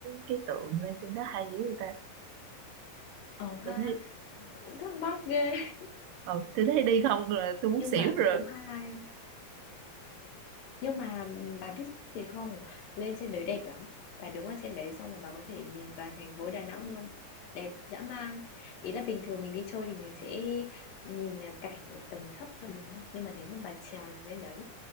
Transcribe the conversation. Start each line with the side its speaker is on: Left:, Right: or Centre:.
Right: cái tượng lên trên đó hay dữ người ta
Left: Ờ
Right: tôi
Left: ha,
Right: thấy
Left: cũng thắc mắc ghê, <laughs>
Right: ờ, tôi thấy đi không là tôi muốn
Left: nhưng
Right: xỉu
Left: mà
Right: rồi
Left: cũng hay. Nhưng mà, bà biết gì không? Lên trên đấy đẹp lắm. Bà đứng ở trên đấy xong mà bà có thể nhìn toàn thành phố Đà Nẵng luôn. Đẹp dã man. Ý là bình thường mình đi chơi thì mình sẽ nhìn à, cảnh ở tầm thấp thôi đúng không? Nhưng mà nếu mà bà trèo lên đấy